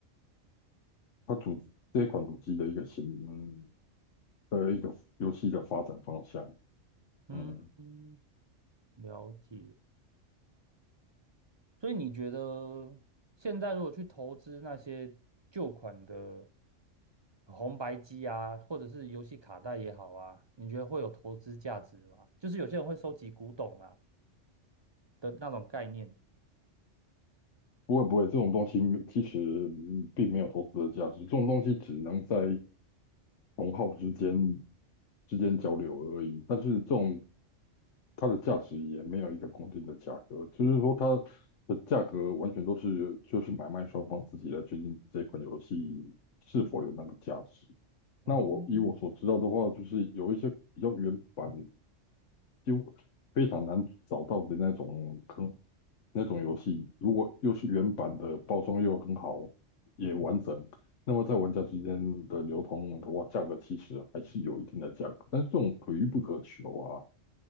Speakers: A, on the left; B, on the right.
A: 它主这一款主机的一个形，嗯，的一个游戏的发展方向。
B: 嗯，
A: 嗯，
B: 嗯了解。所以你觉得现在如果去投资那些旧款的红白机啊，或者是游戏卡带也好啊，你觉得会有投资价值吗？就是有些人会收集古董啊的那种概念。
A: 不会不会，这种东西其实嗯并没有投资的价值，这种东西只能在同好之间之间交流而已。但是这种它的价值也没有一个固定的价格，就是说它的价格完全都是就是买卖双方自己来决定这款游戏是否有那个价值。
B: 哦，
A: 那我以我所知道的话，就是有一些比较原版，就非常难找到的那种坑，那种游戏，如果又是原版的，包装又很好，也完整，那么在玩家之间的流通的话，价格其实还是有一定的价格，但是这种可遇不可求啊。